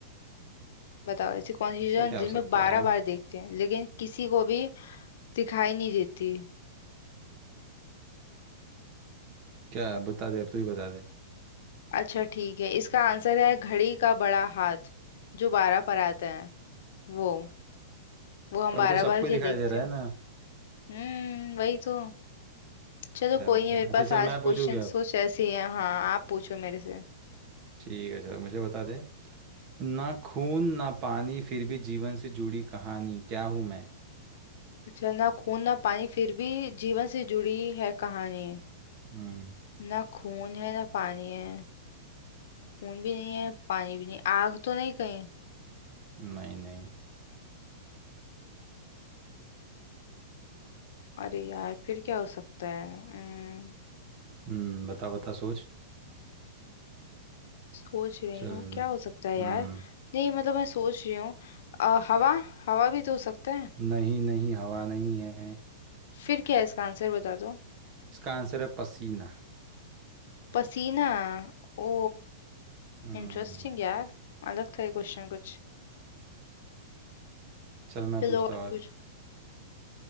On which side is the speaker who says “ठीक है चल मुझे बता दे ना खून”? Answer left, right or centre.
Right